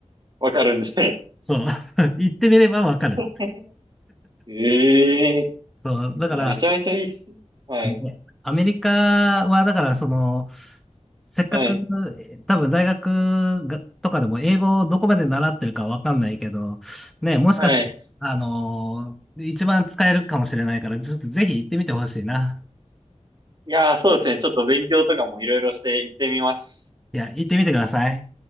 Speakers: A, on the right; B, in the centre.
A: わかるんですね。
B: そう。<laughs> 言ってみればわかる。
A: <laughs> ええ
B: そう。
A: ーいや、
B: だから、
A: めちゃめちゃいいっすね。はい。
B: ねアメリカは、だからその、せっかく、
A: はい。
B: 多分大学がとかでも英語をどこまで習ってるかわかんないけど、ね、もしかして、
A: はい。
B: あのー一番使えるかもしれないから、ちょっとぜひ行ってみてほしいな。
A: いやー、そうですね。ちょっと勉強とかもいろいろして行ってみます。
B: いや、行ってみてください。